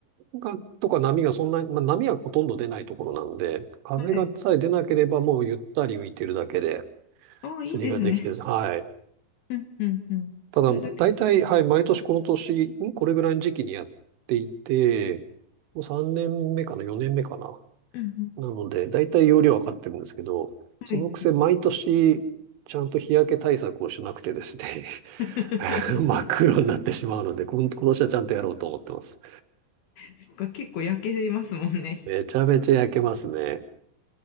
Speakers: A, on the right; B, on the left.
A: が、とか波がそんなに、まあ、波はほとんど出ないところなんで、風がさえ出なければもうゆったり浮いてるだけで、
B: はい。ああ、いいですね。
A: 釣りができてるんです。はい。
B: うん、うん、うん。
A: ただ、
B: それだけ。
A: 大体、はい、毎年この年、んこれぐらいの時期にやっていて、もう3年目かな、4年目かな。
B: うん、うん。
A: なので、大体容量は分かってるんですけど、そのくせ毎年、
B: はい。
A: ちゃんと日焼け対策をしなくてですね
B: <laughs>
A: <laughs> 真っ黒になってしまうので、こん今年はちゃんとやろうと思ってます。
B: そっか、結構焼けますもんね。
A: めちゃめちゃ焼けますね。